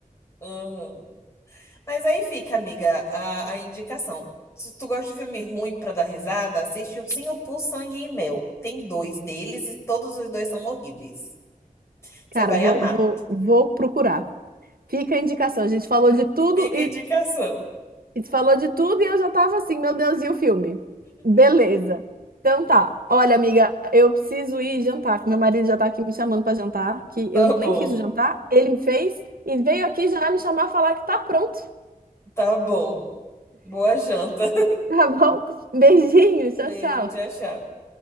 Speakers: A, on the left; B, on the right.
A: Uhum. Mas aí fica, amiga, a, a indicação. Se tu gosta de filme ruim pra dar risada, assiste Ursinho Pooh, Sangue e Mel. Tem dois deles e todos os dois são horríveis. Você
B: Cara,
A: vai
B: vou,
A: amar.
B: vou, vou procurar. Fica a indicação. A gente falou de tudo
A: Fica
B: e,
A: a indicação.
B: e falou de tudo e eu já tava assim, meu Deus, e o filme? Beleza. Então tá. Olha, amiga, eu preciso ir jantar, que meu marido já tá aqui me chamando pra jantar, que
A: Tá
B: eu
A: bom,
B: nem fiz o jantar, ele me fez e veio aqui já me chamar falar que tá pronto.
A: tá bom. Boa janta.
B: Tá bom? Beijinho,
A: <laughs>
B: tchau,
A: Beijo,
B: tchau.
A: tchau, tchau.